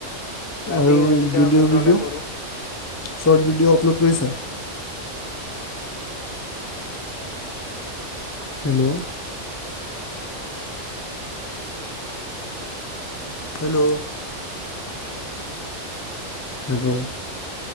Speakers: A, on the left; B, on the left.
A: ৰাতি
B: আৰু
A: কেতিয়াবা
B: ভিডিঅ
A: মুড
B: চিডিঅ
A: হলে কৰো
B: শৰ্ট ভিডিঅ আপলোড কৰিছা। হেল্ল'। হেল্ল'। হেল্ল।